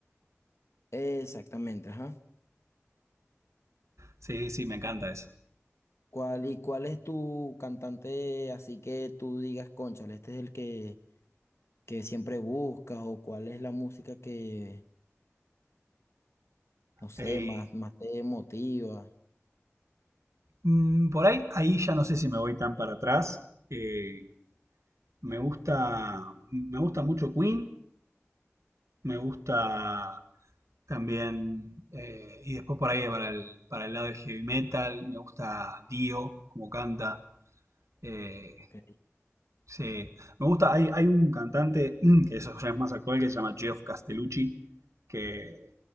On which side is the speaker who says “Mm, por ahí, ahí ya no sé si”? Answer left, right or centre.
Right